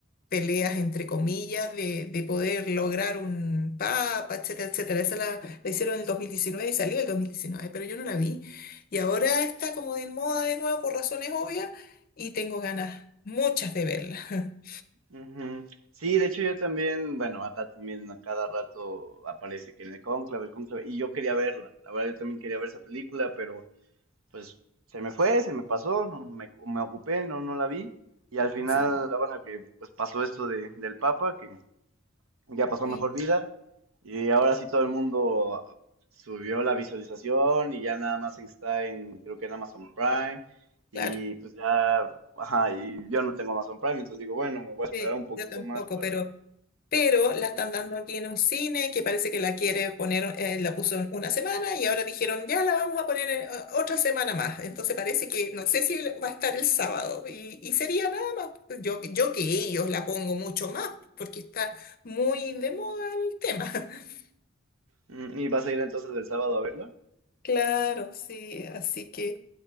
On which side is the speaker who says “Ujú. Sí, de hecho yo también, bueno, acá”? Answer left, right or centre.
Right